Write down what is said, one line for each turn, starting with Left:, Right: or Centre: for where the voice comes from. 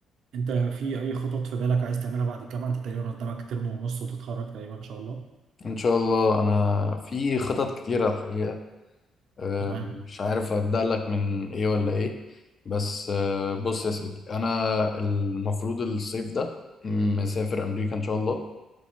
Right: انت في اي خطط في بالك عايز تعملها بعد الجامعة انت تقريبا قدامك ترم ونص وتتخرج تقريبا ان شاء الله
Left: ان شاء الله انا في خطط كتيره الحقيقه آه،
Right: تمام
Left: مش عارف أبدأ لك من إيه ولا إيه بس آه، بص يا سيدي أنا المفروض الصيف ده مسافر أمريكا إن شاء الله